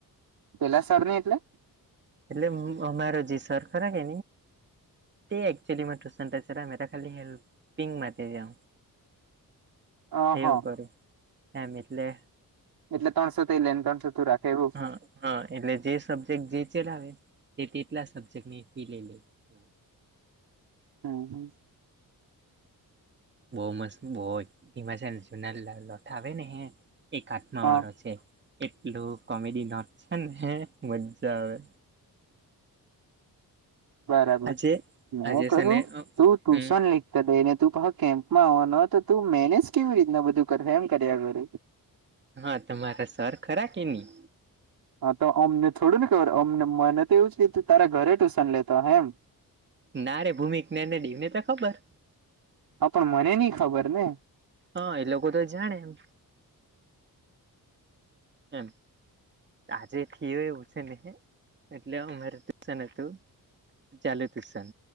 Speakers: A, on the right; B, on the right.
A: પેલા સરર ન એટલે.
B: એટલે અમારો જે સર ખરા કે તે એકચુલી ટુ. મેા ખાલી પિંક માથે જાઉ
A: અ
B: એવું
A: હ
B: કરું. એમટલે.
A: એટલે ત્રણસો થી લઈ ને તણસો તું રાખે એવું.
B: હા હા એટલે જે સબ્જેક્ટ જે ચલાવે તે તેટલા સબ્જેક્ટ ફી લઈ લે. એવું.
A: હમ હમ.
B: બહુ મસ્ત બહ ધીમાસા ને જુના લોઠાવ ને હે. એ કાઠમા
A: હા
B: વાળો છે એટલું કોમેડી નોટ છે ને મજ્જા આવે.
A: બરાબર
B: આજે
A: ન
B: આજે
A: કરું
B: છે ને
A: તું ટુશન
B: હમ
A: લ! લઈને તું પ કેમ્પમાં આવવાનો હો તો તું મેને જ કેવી રીતના બધું કર એમ કર્યા ઘર.
B: હા તમારા સર ખરા કે નહી.
A: હા તો અમને થોડું ને ખબર અમને મને તો એવું છે કે તું તારા ઘરે ટ્યુશન લેતો હેમ.
B: નારે ભૂમિિકને ને દવને તો ખબર.
A: હા પણ મને નહ ખબર ને.
B: હા એ લોકો તો જાણે એમ. એમ. આજે થયો એવું છે ને એટલે અમાર દુસન હતું. ચાલુ તુશન